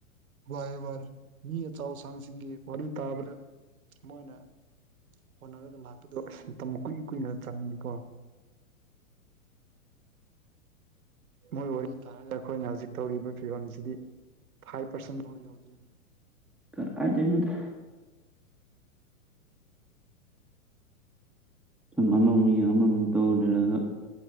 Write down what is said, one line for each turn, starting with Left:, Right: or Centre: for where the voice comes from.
Right: ꯃꯥꯅꯤ ꯃꯥꯅꯤ ꯃꯤ ꯑꯆꯥꯎ ꯑꯁꯥꯡꯁꯤꯡꯒꯤ ꯋꯥꯔꯤ ꯇꯥꯕꯗ ꯃꯣꯏꯅ ꯍꯣꯠꯅꯔꯒ ꯂꯥꯛꯄꯗꯣ ꯑꯁ ꯃꯇꯝ ꯀꯨꯏ ꯀꯨꯏꯅ ꯆꯪꯉꯦꯀꯣ ꯃꯣꯏ ꯋꯥꯔꯤ ꯇꯥꯔꯒ ꯑꯩꯈꯣꯏꯅ ꯍꯧꯖꯤꯛ ꯇꯧꯔꯤꯕ ꯐꯤꯕꯝꯁꯤꯗꯤ ꯐꯥꯏꯚ ꯄꯥꯔꯁꯦꯟ ꯐꯥꯎ ꯌꯥꯎꯗ꯭ꯔꯤꯅꯦ
Centre: ꯀꯔ ꯀꯥꯏꯗꯅꯣꯗ ꯁꯨꯝ ꯑꯃꯃꯨꯛ ꯌꯦꯡ ꯑꯃꯃꯨꯛ ꯇꯧ ꯂꯩꯔꯒ